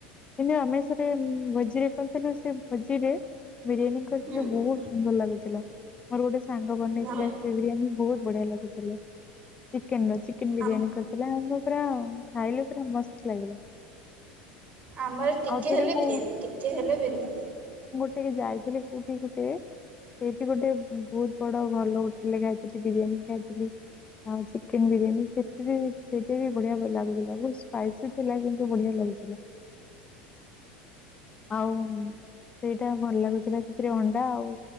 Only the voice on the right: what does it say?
ହୁଁ
ହଁ
ଆମ
ଆମର ଟିକେ
ହେଲେ
ବିରିୟାନୀ ଟିକେ ହେଲେ ବିରିୟାନୀ।